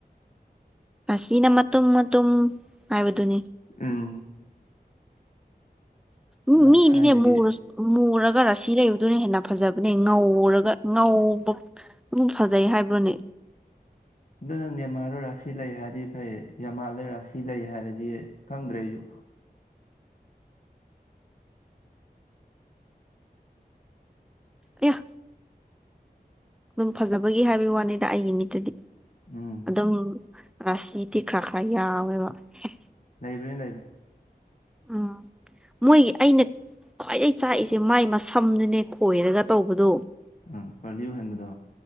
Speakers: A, in the centre; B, on the left (about 50°).
A: ꯔꯥꯁꯤꯅ ꯃꯇꯨꯝ ꯃꯇꯨꯝ ꯍꯥꯏꯕꯗꯨꯅꯤ
B: ꯎꯝ
A: ꯎꯝꯃꯤꯗꯤꯅꯦ
B: ꯅꯪ ꯊꯥꯏꯅꯒꯤ
A: ꯃꯨꯔꯁ ꯃꯨꯔ ꯔꯒ ꯔꯥꯁꯤ ꯂꯩꯕꯗꯨꯅ ꯍꯦꯟꯅ ꯐꯖꯕꯅꯦ ꯉꯧꯔꯒ ꯉꯧꯕ ꯑꯃꯨꯛ ꯐꯖꯩ ꯍꯥꯏꯕ꯭ꯔꯣꯅꯦ
B: <inaudible> ꯑꯗꯣ ꯅꯪ ꯅꯦꯃꯥꯔꯗꯣ ꯔꯥꯁꯤ ꯂꯩ ꯍꯥꯏꯔꯗꯤ ꯐꯩ ꯌꯥꯝꯃꯥꯜꯗ ꯔꯥꯁꯤ ꯂꯩ ꯍꯥꯏꯔꯗꯤ ꯈꯪꯗ꯭ꯔꯦ ꯑꯩꯖꯨ
A: ꯑꯌꯥ ꯑꯗꯨꯝ ꯐꯖꯕꯒꯤ ꯍꯥꯏꯕꯒꯤ ꯋꯥꯅꯤꯗ ꯑꯩꯒꯤ ꯃꯤꯠꯇꯗꯤ
B: ꯎꯝ
A: ꯑꯗꯨꯝ ꯔꯥꯁꯤꯗꯤ ꯈꯔ ꯈꯔ ꯌꯥꯎꯋꯦꯕ ꯍꯦ
B: ꯂꯩꯥꯕꯅꯦ ꯂꯩꯥꯕꯅꯦ
A: ꯎꯝ ꯃꯣꯏꯒꯤ ꯑꯩꯅ ꯈ꯭ꯋꯥꯏꯗꯩ ꯆꯥꯛꯏꯁꯦ ꯃꯥꯏ ꯃꯁꯝꯗꯨꯅꯦ ꯈꯣꯏꯔꯒ ꯇꯧꯕꯗꯣ
B: ꯑꯪ ꯀꯔꯂꯤ ꯑꯣꯏꯍꯟꯕꯗꯣ